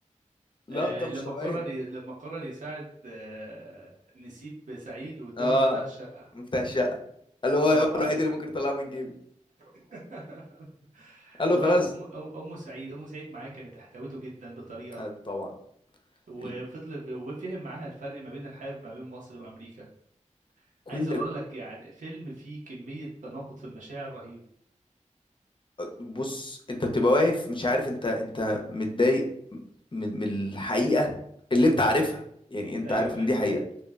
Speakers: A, on the left; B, on the right.
A: لقطه
B: آه،
A: مش
B: لما
A: طبيعيه
B: قرر ي- لما قرر يساعد آه، نسيب سعيد واداله
A: اه
B: المفتاح الشقة
A: مفتاح الشقه قال
B: اه
A: له هو هو
B: وبعد
A: الوحيد
B: كده
A: اللي ممكن يطلعه من جيبي
B: <laughs>
A: قال
B: وال-
A: له خلاص
B: وم- أم أم سعيد أم سعيد معاه كانت احتوته جدا بطريقة
A: آه طبعا
B: وفضل
A: ال-
B: وفهم معاها الفرق ما بين الحياة ما بين مصر وأمريكا
A: كل
B: عايز أقول لك يعني فيلم فيه كمية تناقض في المشاعر رهيب
A: بص انت بتبقى واقف مش عارف انت انت متضايق من من الحقيقة اللي انت عارفها يعني انت
B: ايوه
A: عارف ان
B: ايوه
A: دي حقيقة
B: أيوة.